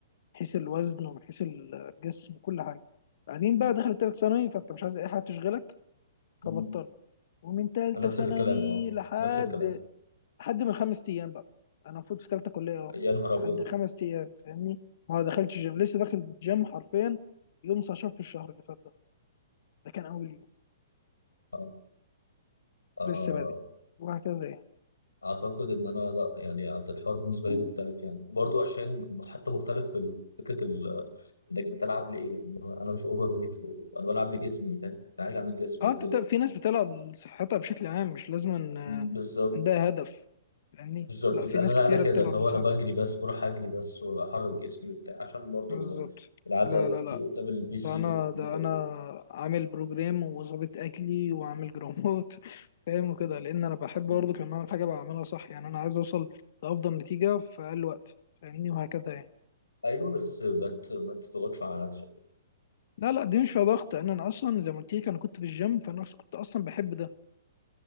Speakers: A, on the left; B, on the left.
A: حيث الوزن ومن حيث الجسم وكل حاجه بعدين بقى
B: م-
A: دخلت تالتة ثانوي فانت مش عايز اي حاجه تشغلك
B: م.
A: فبطلت ومن تالتة
B: نفس
A: ثانوي
B: الكلام اه
A: لحد
B: نفس الكلام
A: لحد من خمس ايام بقى انا المفروض في ثالثه كليه اهو
B: يا نهار ابيض
A: لحد خمس ايام فاهمني ما دخلتش جيم لسه داخل الجيم حرفيا يوم 19 في الشهر اللي فات ده ده كان اول يوم
B: آه، آه،
A: لسه بادئ وهكذا يعني
B: اعتقد ان انا لا يعني أعت- الحوار بالنسبه لي مختلف يعني برضو عشان حتى مختلف في ال- فكره ال- انك بتلعب لايه يعني انا مش اوفر ويت وانا بلعب لجسمي فاهم انا عايز اعمل جسم
A: اه
B: وكده
A: انت بتبقى- في ناس بتلعب لصحتها بشكل عام مش لازم أن آه،
B: بالظبط
A: عندها هدف فاهمني
B: بالظبط
A: لا
B: انا
A: في ناس كتيره
B: انا كده
A: بتلعب
B: اللي هو
A: لصحتها
B: انا بجري بس بروح اجري بس واحرك جسمي وبتاع عشان برضو
A: بالظبط
B: ال- القعده
A: لا لا
B: كتير
A: لا
B: قدام البي سي
A: ده انا
B: والكمبيوتر
A: ده انا
B: وكده
A: عامل بروجرام وظابط اكلي وعامل جرامات <laughs> فاهم وكده لان انا بحب برضه
B: مم.
A: لما اعمل حاجه بعملها صح يعني انا عايز اوصل لافضل نتيجه في اقل وقت فاهمني وهكذا يعني
B: ايوه بس ما ت- ما تضغطش على نفسك
A: لا لا دي مش فيها ضغط انا انا اصلا زي ما قلت لك انا كنت في الجيم فانا أصلاً كنت اصلا بحب ده